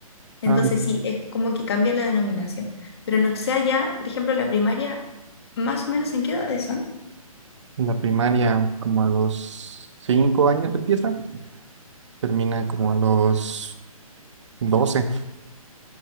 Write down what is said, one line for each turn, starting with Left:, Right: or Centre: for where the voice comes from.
Left: Entonces
Right: Ah,
Left: sí, es como que cambia la denominación. Pero no sé allá, por ejemplo, la primaria, más o menos en qué edades son.
Right: En la primaria, como a los cinco años empieza, termina como a los doce